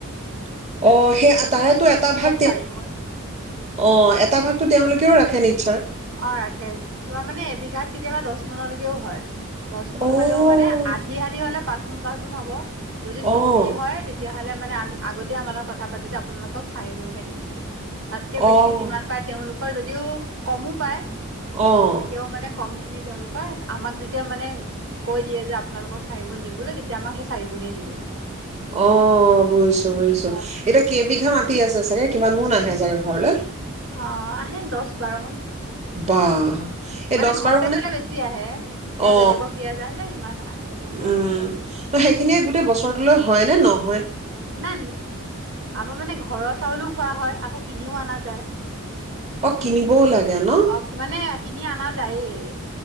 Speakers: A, on the right (about 35°); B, on the right (about 65°).
A: অ', সেই তাৰেই তো এটা ভাগ, তেওঁ,
B: চাৰি মোন
A: অ', এটা ভাগটো তেওঁলোকে তেওঁ ৰাখে, নিশ্চয়।
B: অ', ৰাখে। তোমাৰ, মানে, এবিঘাত কেতিয়াবা দছ মুণা লৈকেও হয়। দছ মুণ
A: অ',
B: হ'লেও, মানে, আধি-আধি হ'লে, পাঁছ <unintelligible> গুণ হ'ব। যদি
A: অ',
B: চুক্তি হয়, তেতিয়াহ'লে মানে, আমি আগতেই আমাৰ লগত কথা পাতিছে। আপোনালোকক চাৰি গুণহে দিম। তাতকে
A: অ',
B: বেছি, যিমান পাৰে, তেওঁ হয় যদিও কমো পায়।
A: অ'।
B: তেতিয়াও, মানে, কম সেইখিনি তেওঁলোকৰ। আমাক যেতিয়া, মানে, কৈ দিয়ে যে, আপোনালোকক চাৰি মোণ দিম বুলি, তেতিয়া আমাক সেই চাৰি মোনে দিয়ে।
A: অ', বুজিছোঁ-বুজিছোঁ।
B: সেনেকুৱা
A: এতিয়া কেইবিঘা মাটি আছে চাগে? কিমান মুণ আহে চাগে ঘৰলৈ?
B: অ', আহে দছ বাৰ মুণ।
A: বা এই
B: মানে,
A: দহ
B: ঘৰতে
A: বাৰ
B: কৰিলে বেছি আহে। এতিয়া
A: অ
B: বেলেগক দিয়া যায় যে, ইমান আহে দহ বাৰ
A: উম,
B: মান
A: সেইখিনিয়েই গোটেই বছৰটোলৈ হয় নে ন
B: মানে, আমাৰ মানে ঘৰৰ চাউলো খোৱা হয়, আকৌ কিনিও আনা যায়।
A: অ কিনিবও লাগে ন
B: অ', মানে, কিনি আনা যায়েই। এ